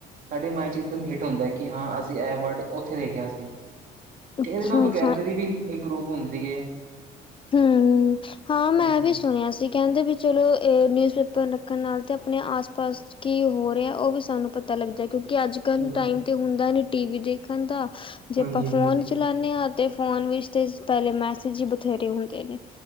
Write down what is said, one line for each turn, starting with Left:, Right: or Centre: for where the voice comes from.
Right: ਸਾਡੇ ਮਾਇੰਡ ਚ ਇਕਦਮ ਹਿੱਟ ਹੁੰਦਾ ਕਿ ਹਾਂ ਅਸੀਂ ਇਹ ਵਰਡ ਉੱਥੇ ਦੇਖਿਆ ਸੀ।
Left: ਅੱਛਾ-ਅੱਛਾ
Right: ਇਹ ਇਹਦੇ ਨਾਲ ਬਕੇਬਲਰੀ ਵੀ, ਇਪਰੂਵ ਹੁੰਦੀ ਹੈ।
Left: ਹੂੰ, ਹਾਂ ਮੈਂ
Right: ਹਾਂਜੀ
Left: ਵੀ ਸੁਣਿਆ ਸੀ ਕਹਿੰਦੇ ਵੀ, ਚਲੋ ਇਹ ਨਿਊਜ਼ ਪੇਪਰ ਰੱਖਣ ਨਾਲ ਤੇ ਆਪਣੇ ਆਸ ਪਾਸ ਕੀ ਹੋ ਰਿਹਾ ਉਹ ਵੀ ਸਾਨੂੰ ਪਤਾ ਲੱਗ ਜਾ। ਕਿਉਂਕਿ ਅੱਜ ਕੱਲ੍ਹ
Right: ਹਾਂਜੀ
Left: ਟਾਈਮ 'ਤੇ ਹੁੰਦਾ ਨੀ। ਟੀ ਵੀ ਦੇਖਣ ਦਾ। ਜੇ
Right: ਹਾਂਜੀ
Left: ਆਪਾਂ ਫੋਨ
Right: ਹਾਂਜੀ
Left: ਚਲਾਨੇ ਆ। ਤੇ ਫੋਨ ਵਿੱਚ ਤੇ ਪਹਿਲੇ ਮੈਸੇਜ, ਬਥੇਰੇ ਹੁੰਦੇ ਨੇ,